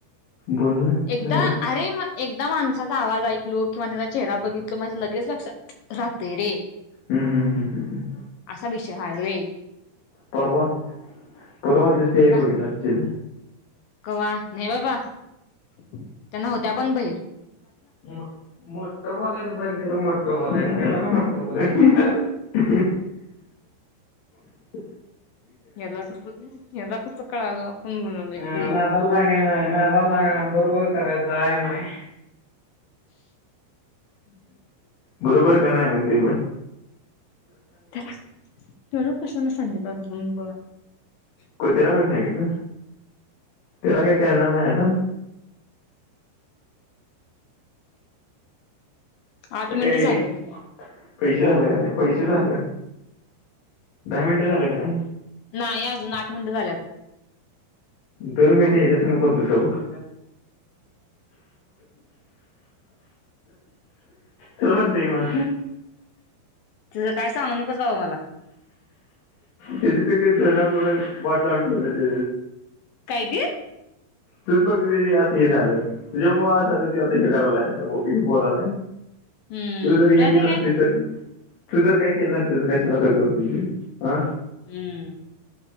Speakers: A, on the left; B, on the left.
A: बोल ना
B: एकदा
A: झालं
B: अरे म एकदा माणसाचा आवाज ऐकलो किंवा त्याचा चेहरा बघितलो माझ्या लगेच लक्षात राहतय रे.
A: हम्म हम्म हम्म हम् हम
B: असा विषय हाय होय.
A: परवा परवाच दिसतेली
B: का
A: बघितलं असचील.
B: कवा? नाही बाबा. त्या नव्हत्या पण बाहीर.
A: मो मोटं बोलायचं बन कर मोठठं बोलायच कशाला मोठं बोलायच <unintelligible>
B: याला कसं अम याला कच कळालं आपण बनवलंय
A: आ
B: ते
A: नादाल लागायच नाय नादाल लागय ना बरोबर. <unintelligible> जाय नाही बरोबर का नाही म्हणते म
B: त्याला त्याला कशांना सांगितलं <unintelligible>
A: कोण त्याला कोण सांगितलं, त्याला काही कळणार नाही आता.
B: आठ मिनिटं
A: ए
B: झालं.
A: पैसे झालं का नाही पैसे झालं. दहा मिनिटं झालं का नाही
B: नाही अजून आठ मिंट झाल्यात.
A: दोन मिनिटे ह्याच्या संग बोलतोस काय बग, चल म्हणते की मग
B: तुझं काय सांगू नकोस. अ मला
A: त्याजी ते जुण्याकडून वाट लावून ठेवलं ते
B: काय दे?
A: तूच फक्त ते असं हे झालं तुझ्या मुळ असल तो आता हे कयलाय बोलालाय.
B: हम्म
A: तू जर हे
B: जाऊ
A: केलं
B: दे काय
A: नसतीस तर तू जर काय केलं नसते तर कशाला काय करतोय तो हं.
B: हम्म.